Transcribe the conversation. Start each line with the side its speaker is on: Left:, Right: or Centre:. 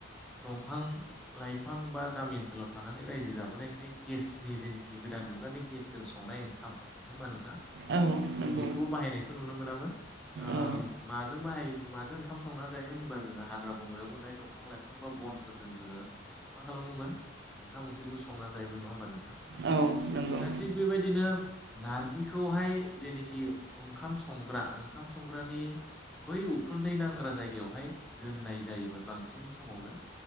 Centre: दंफां लाइफां बा गामि ओनसोलाव थानानै रायजो जाबोनायखाय गेसनि जेनोखि गोदा दान मुगानि गेसजों संनाय ओंखाम नङा होमबा नोंथां।
Right: औ
Centre: जों
Right: नंगौ
Centre: बेखौबो बाहायनायखौ नुनो मोनामोन ओ
Right: औ
Centre: माजों बाहायो माजों ओंखाम संना जायोमोन होनबा जोङो हाग्रा बंग्रायाव मोननाय दंफां लाइफां बा बनफोरजों जोङो मा खालामोमोन ओंखाम ओंख्रिखौ संनानै जायोमोन नङा होमबा नोंथां?
Right: औ नंगौ
Centre: दा थिग बेबायदिनो नारजिखौहाय जेनोखि ओंखाम संग्रा ओं खाम संग्रानि बै उखुन्दै नां फग्रा जायगायावहाय दोननाय जायोमोन बांसिन समावनो।